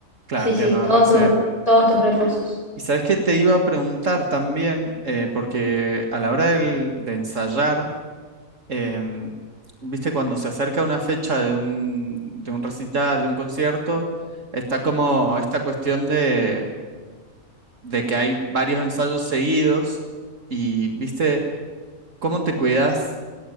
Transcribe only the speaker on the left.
sí,
sí,
todos
tus, todos tus recursos.